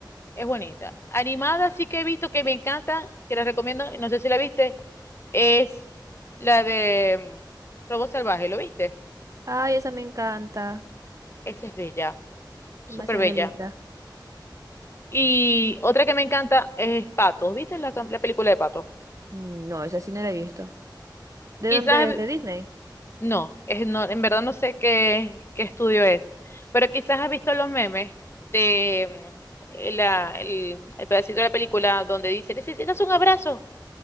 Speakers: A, on the left; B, on the right.
A: Es bonita. Animada sí que he visto que me encantan, que la recomiendo, no sé si la viste, es la de mm, Robot Salvaje, ¿lo viste?
B: Ay, esa me encanta.
A: Esa es bella, súper
B: Demasiado
A: bella.
B: linda.
A: Y otra que me encanta es Patos, ¿viste la, la película de Patos?
B: No, esa sí no la he visto. ¿De
A: Quizás,
B: dónde es? ¿De Disney?
A: no, es, no, en verdad no sé qué, qué estudio es, pero quizás has visto los memes de mm, la, el, el pedacito de la película donde dice, necesitas un abrazo,